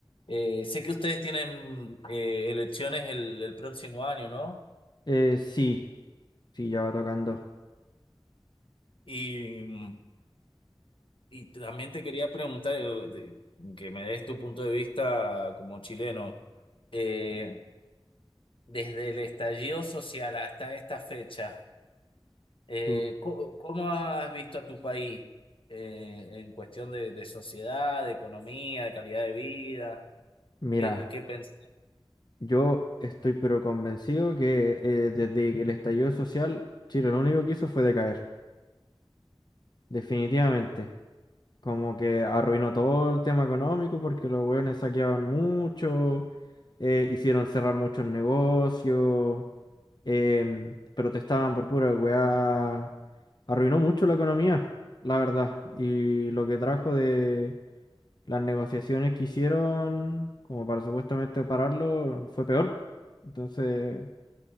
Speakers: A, on the left (about 70°); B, on the left (about 50°).
A: eh, sé que ustedes tienen eh, elecciones el, el próximo año, ¿no?
B: Eh, sí, sí, ya va tocando.
A: Y, y también te quería preguntar, eh, de- que me des tu punto de vista como chileno, eh, desde el estallido social hasta esta fecha. Eh,
B: Uh,
A: co- ¿cómo has visto a tu país eh, en cuestión de, de sociedad, de economía, de calidad de vida?
B: Mira,
A: ¿Qué, qué pensás?
B: yo estoy pero convencido que eh, desde el estallido social, Chile lo único que hizo fue decaer, definitivamente. como que arruinó todo el tema económico porque los hueones saqueaban mucho, eh, hicieron cerrar muchos negocios, em, protestaban por pura weá. Arruinó mucho la economía, la verdad. Y lo que trajo de las negociaciones que hicieron, como para supuestamente pararlo, fue peor. Entonces,